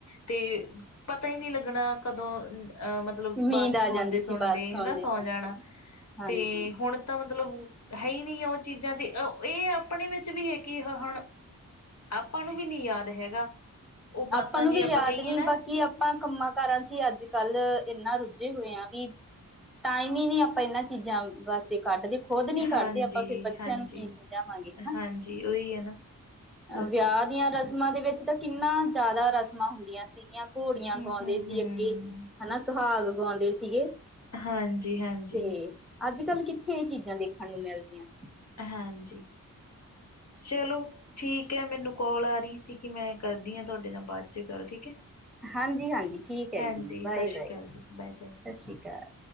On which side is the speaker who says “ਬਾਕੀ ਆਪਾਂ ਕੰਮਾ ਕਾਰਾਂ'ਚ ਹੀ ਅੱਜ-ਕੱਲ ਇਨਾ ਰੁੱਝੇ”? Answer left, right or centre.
Centre